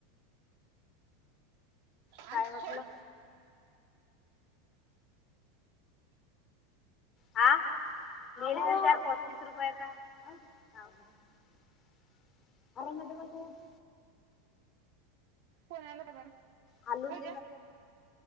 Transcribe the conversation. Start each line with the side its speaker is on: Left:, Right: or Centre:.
Left: काय
Right: आ
Left: म्हटलं
Right: सोड
Left: हा ले ना चार पस्तीस रुपयाचा <unintelligible>
Right: फोन आला होता का ग
Left: हालून
Right: व्हय ग